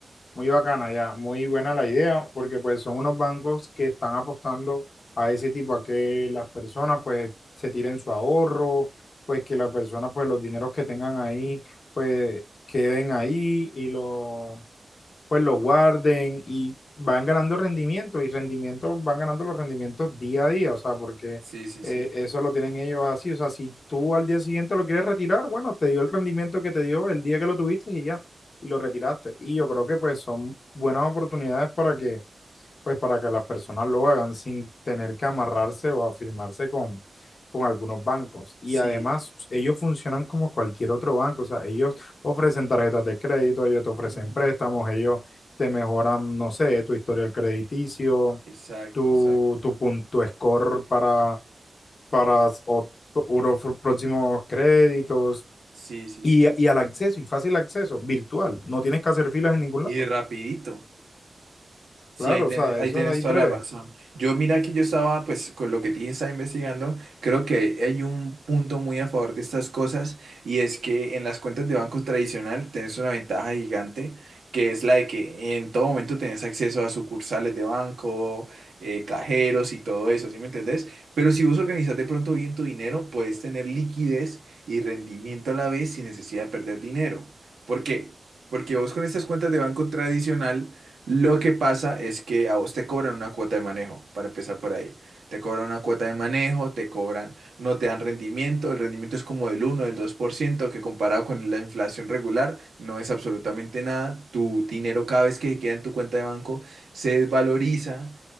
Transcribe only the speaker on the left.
Muy bacana ya, muy buena la idea, porque pues son unos bancos que están apostando a ese tipo, a que las personas pues se tiren su ahorro, pues que las personas pues los dineros que tengan ahí pues queden ahí y lo pues lo guarden y van ganando rendimiento y rendimiento, van ganando los rendimientos día a día, o sea, porque
eh,
eso lo tienen ellos así, o sea, si tú al día siguiente lo quieres retirar, bueno, te dio el rendimiento que te dio el día que lo tuviste y ya, y lo retiraste. Y yo creo que pues son buenas oportunidades para que pues para que las personas lo hagan sin tener que amarrarse o afirmarse con, con algunos bancos. Y
además, ellos funcionan como cualquier otro banco, o sea, ellos ofrecen tarjetas de crédito, ellos te ofrecen
préstamos, ellos te mejoran, no sé, tu historial crediticio,
tu,
tu, pun- tu score para, para o- uro- próximos créditos.
Y,
y al acceso, y fácil acceso, virtual. No tienes que hacer filas en ningún
lado.
Claro,
o sea,
eso
es ahí
breve.